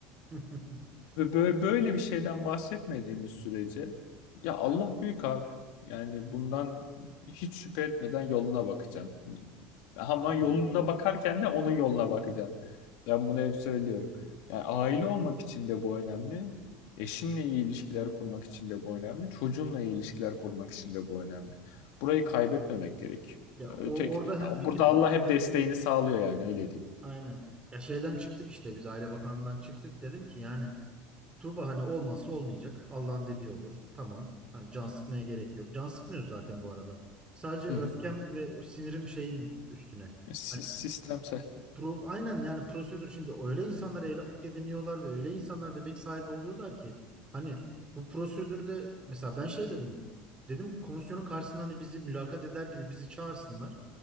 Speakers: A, on the right; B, on the left.
A: <laughs>
B: Ve böyle, böyle bir şeyden bahsetmediğimiz sürece ya Allah büyük abi. Yani bundan hiç şüphe etmeden yoluna bakacaksın. Ama yoluna
A: Hı.
B: bakarken de onun yoluna bakacaksın. Ben bunu hep söylüyorum. Yani aile olmak için de bu önemli. Eşinle iyi ilişkiler kurmak için de bu önemli. Çocuğunla iyi ilişkiler kurmak için de bu önemli. Burayı kaybetmemek gerekiyor.
A: Ya
B: Öteki,
A: o, orada
B: ya
A: hemfikirim.
B: burada Allah hep desteğini sağlıyor yani öyle diyeyim.
A: Aynen. Ya şeyden çıktık işte biz Aile Bakanlığı'ndan çıktık. Dedim ki yani Tuğba hani olmazsa olmayacak. Allah'ın dediği olur. Tamam. Hani can sıkmaya gerek yok. Can sıkmıyoruz zaten bu arada. Sadece öfkem
B: Hı hı.
A: ve o sinirim şeyin üst- üstüne.
B: Si-
A: Hani
B: Sistemsel.
A: pro- aynen yani prosedür şimdi öyle insanlar evlatlık ediniyorlar ve öyle insanlar bebek sahibi oluyorlar ki hani bu prosedürde mesela ben şey dedim. Dedim komisyonun karşısında hani bizi mülakat eder gibi bizi çağırsınlar.